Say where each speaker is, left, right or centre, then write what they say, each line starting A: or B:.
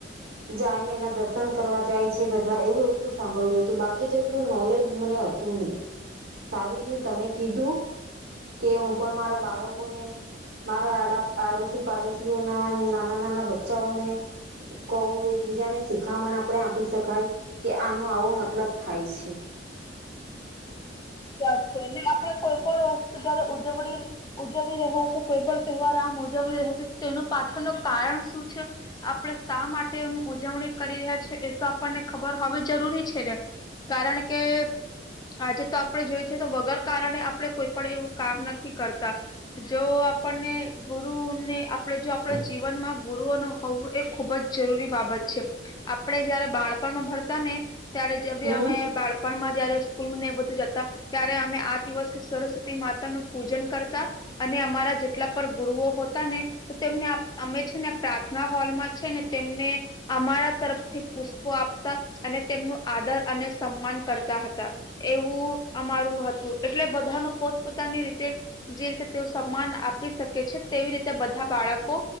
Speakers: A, on the right; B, on the left.
A: જાયને એના દર્શન કરવા જાય છે બધા એવું એટલું સાંભળ્યું હતું બાકી તો એટલું નોલેજ મને હત તું નહીં સારું થયું તમે કીધું કે હું પણ મારા બાળકોને મારા આડા-આડોશી પાડોશીઓના નાના નાના બચ્ચાઓને કહું એકબીજાને શીખામણ આપડે આપી શકાય કે આનો આવો મતલબ થાય છે.
B: ત્યાં છે ને આપડે કોઈ પણ વસ્તુ જયારે ઉજવણી ઉજવી રહ્યા છે કોઈ પણ તહેવાર આમ ઉજવવી રહ્યા છી તેનું પાછળનું કારણ શું છે આપડે શા માટે એની ઉજવણી કરી રહ્યા છી એ તો આપણને ખબર હોવી જરૂરી છે ને કારણ કે આજે તો આપડે જોઈ છે તો વગર કારણે આપડે કોઈ પણ એવું કામ નથી કરતા. જો આપણને ગુરુને આપણે જો આપણા જીવન માં ગુરુઓ ન હોવું એ ખુબ જ જરૂરી બાબત છે આપણે જયારે બાળપણમાં ભણતા ને ત્યારેજા ભી
A: હમ
B: અમે બાળપણ માં જયારે સ્કૂલ ને એ બધું જ ત્યારે અમે આ દિવસે સરસ્વતી માતા નું પૂજન કરતા અને અમારા જેટલા પણ ગુરુઓ હોતા ને તો તેમને આપ અમે છે ને પ્રાર્થના હોલમાં છે ને તેમને અમારા તરફથી પુષ્પો આપતા અને તેમનું આદર અને સન્માન કરતા હતા. એવું અમારું હતું એટલે બધાનું પોતપોતાની રીતે જે રીતે તેઓ સન્માન આપી શકે છે તેવી રીતે બધા બાળકો